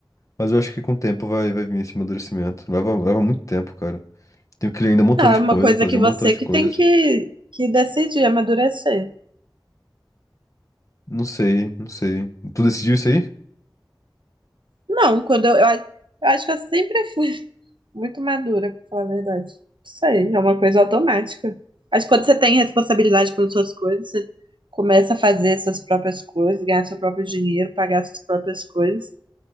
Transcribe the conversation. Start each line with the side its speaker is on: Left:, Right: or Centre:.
Left: Mas eu acho que com o tempo vai, vai vir esse amadurecimento. Leva, leva muito tempo, cara. Tenho que ler ainda um montão
Right: Não,
Left: de
Right: é uma
Left: coisa,
Right: coisa
Left: fazer
Right: que
Left: um
Right: você
Left: montão de
Right: que
Left: coisa.
Right: tem que, que decidir, amadurecer.
Left: Não sei, não sei. Tu decidiu isso aí?
Right: Não, quando eu, eu, a- eu acho que eu sempre fui <laughs> muito madura, pra falar a verdade. Não sei, é uma coisa automática. Acho que quando você tem responsabilidade pelas suas coisas, você começa a fazer suas próprias coisas, ganhar seu próprio dinheiro, pagar suas próprias coisas.